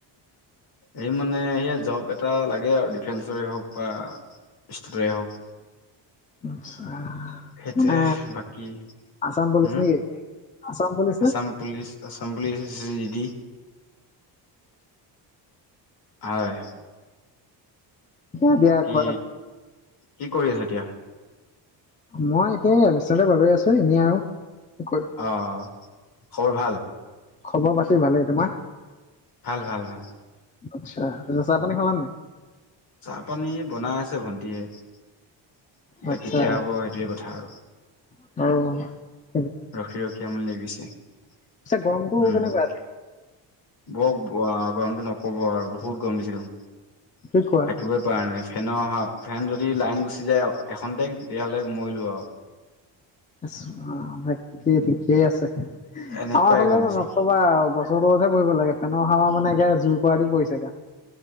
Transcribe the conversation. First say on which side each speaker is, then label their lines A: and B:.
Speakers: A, on the left (about 55°); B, on the left (about 20°).
A: এই মানে সেয়া জব এটা লাগে আৰু ডিফেন্সৰে হওক বা ষ্টেটৰে হওক
B: আছ
A: সেইটোৱে
B: মানে
A: বাকী
B: আছাম পুলিছ
A: উম
B: নেকি আছাম পুলিচ
A: আছাম
B: নে
A: পুলিচ আছাম পুলিচি হয়
B: অ দিয়
A: বাকী
B: ক
A: কি কৰি আছে এতিয়া
B: মই এতিয়া বিশচ্বনাথতে বাগৈ আছো এনেই আৰু কি কৰিম
A: অ খবৰ ভাল
B: খবৰ পাতি ভালেই তোমাৰ
A: ভাল ভাল ভাল
B: আচ্ছা ত চাহ পানী খাল নাই
A: চাহ পানী বনাই আছে ভন্টিয়ে এয়া
B: আচ্ছা
A: কেতিয়া হব সেইটোোৱে কথা আৰু
B: আৰু
A: ৰখি ৰখি আমন ল গৈছে উম
B: পিছে গৰমটো কেনেকুৱা আজি?
A: বৰ গৰমতটো নকব আৰু বহুত গৰম দিছিলো
B: কি কোৱা
A: থাকিবই পৰা নাই ফেনৰ অহা ফেন যদি লাইন গুচি যায় এখনতে তেতিয়াহ'লে মূল ভ
B: তাকেই ঠিকেই আছে
A: এনেকুৱাই
B: আমাৰ ফালে
A: গৰম দিছে
B: ন নকবা বছৰ ওপৰতহে বহিব লাগে ফেনৰ সাৰ মানেে জুই প পৰাৰা দি পৰিছে গান